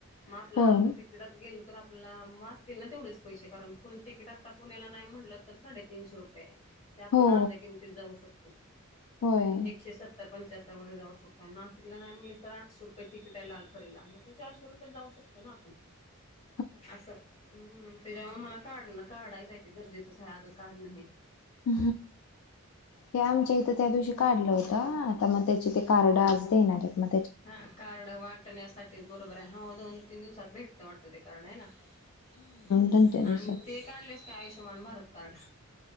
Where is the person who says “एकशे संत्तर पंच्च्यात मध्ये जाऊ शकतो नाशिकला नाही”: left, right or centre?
Left